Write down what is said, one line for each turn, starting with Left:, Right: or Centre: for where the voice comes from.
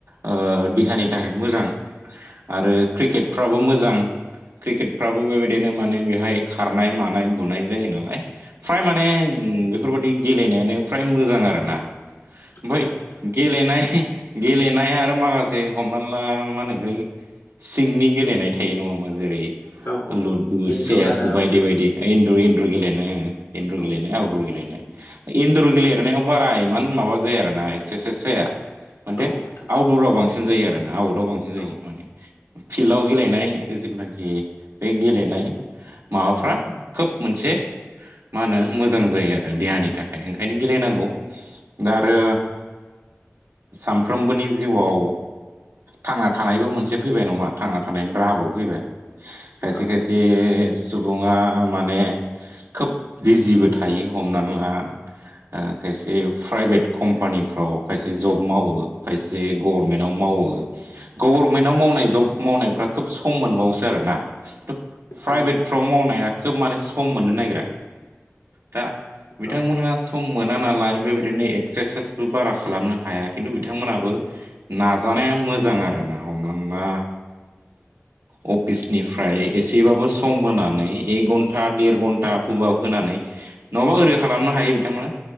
Right: ओ देहानि थाखाय मोजां आरो क्रिकेटफ्राबो मोजां क्रिकेटफ्राबो बेबायदिनो माने बेहाय खारनाय मानाय बुनाय जायो नालाय फ्राय माने बेफोरबायदि गेलेनायानो फ्राय मोजां आरो ना। ओमफ्राय
Left: औ नोंथां
Right: गेलेनाय गेलेनाया आरो माखासे हमना ला मा होनो गै सिंनि गेलेनाय थायो नङा होमबा जेरै
Left: औ औ
Right: लुदु
Left: इनदर
Right: चेस
Left: आरो आउटदर
Right: बायदि बायदि इदुरै इन्डुर गेलेनो इन्डुर
Left: औ
Right: गेलेनो आउटडुर गेलेनायनो इन्दुर गेलेनायाव बारा इमान माबा जाया आरोना एक्सारसाइस जाया। मानथे
Left: औ नोंथां
Right: आउटदराव बांसिन जायो आरोना आवटाव बांसिन जायो
Left: औ
Right: माने फिल्डआव गेलेनाय जेनाखि बे गेलेनाय माबाफ्रा खोब मोन मोनसे मा होनो मोजां जायो आरो देहानि थाखाय ओंखायनो गेलेनांगौ। दा आरो
Left: औ
Right: सानफ्रोमबोनि जिउआव थांना थानायबो मोनसे फैबाय नामा थांना थानायनि राहाबो फैबाय। खायसे
Left: औ
Right: खायसे सुबुङा माने खोब बिजिबो थायो हमनानै ला ओ खायसे प्राइभेट कम्पानिफ्राव खायसे जब मावो खायसे ग मेन्टव मावो गभर्नमेन्टव मावनाय जब मावनायफ्रा खोब सम मोनबावोसो आरो ना। प्राइभेटफ्राव
Left: औ नोंथां
Right: मावनाया खोब माने सम मोननो नागिरा। दा बिथांमोनहा
Left: औ
Right: सम मोना नालाय बेबायदिनो एक्सारसाइसबो बारा खालामनो हाया खिन्थु बिथांमोनहाबो नाजानाया मोजां आरो ना हमना ला ओ अफिसनिफ्राय एसेबाबो सम होनानै एक घन्टा देर घन्टा बबाव होनानै नङाबा ओरै खालामनो हायो। बिथांमोना